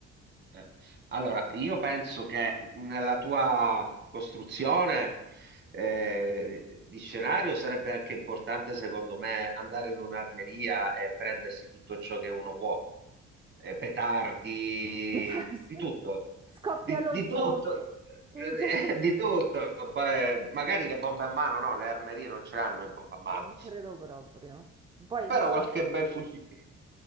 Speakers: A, on the right; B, on the right.
A: Eh, Allora, io penso che nella tua costruzione eh, di scenario sarebbe anche importante, secondo me, andare in un'armeria e prendersi tutto ciò che uno può, Eh, petardi,
B: <laughs>
A: di tutto,
B: Scoppia
A: di,
B: lo
A: di
B: zombie,
A: tutto,
B: il
A: Eh,
B: gioco
A: <laughs> di tutto. Beh, magari le bombe a mano, no, le armerie non ce l'hanno le bombe a mano,
B: Non credo proprio. Poi,
A: però
B: visto,
A: qualche bel fuci-